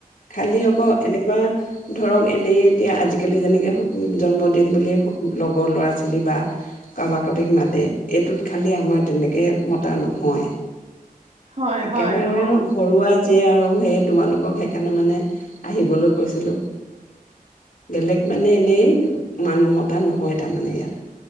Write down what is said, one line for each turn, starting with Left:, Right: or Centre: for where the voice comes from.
Left: খালী আকৌ এনেকুৱা ধৰক, এনেই এতিয়া আজিকালি, যেনেকে জন্মদিন বুলি লগৰ ল'ৰা-ছোৱালী বা কাৰোবাক-কাৰোবীক মাতে। এইটোত খালি আমাৰ তেনেকে মতা নহয়।
Right: হয়
Left: একেবাৰে
Right: হয় অ
Left: আৰু ঘৰুৱা যিয়ে আৰু সেই, তোমালোকক সেইকাৰণেই, মানে, আহিবলৈ কৈছিলোঁ। বেলেগ, মানে, এনেই মানুহ মতা নহয়। তাৰ মানে, ইয়াত